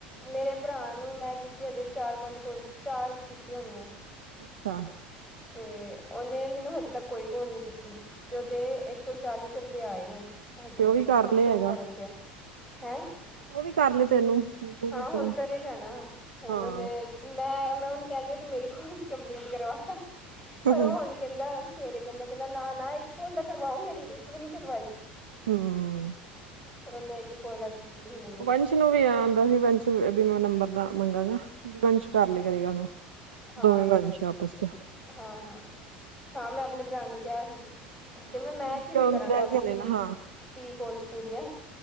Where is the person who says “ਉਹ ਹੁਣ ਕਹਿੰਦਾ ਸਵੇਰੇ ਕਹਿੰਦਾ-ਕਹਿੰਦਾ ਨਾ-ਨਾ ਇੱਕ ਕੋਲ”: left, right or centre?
Centre